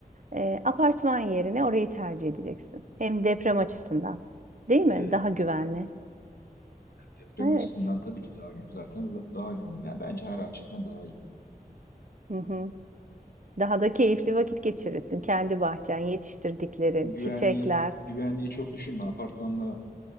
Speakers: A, on the right (about 55°); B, on the left (about 80°).
A: Ee, apartman yerine orayı tercih edeceksin. Hem deprem açısından. Değil mi?
B: Evet.
A: Daha güvenli.
B: Deprem
A: Evet.
B: açısından tabii ki daha zaten za- daha güvenli. Yani bence her açıdan daha iyi.
A: Hı hı. Daha da keyifli vakit geçirirsin. Kendi bahçen, yetiştirdiklerin,
B: Güvenliği
A: çiçekler.
B: güvenliği çok düşünme. Apartmanla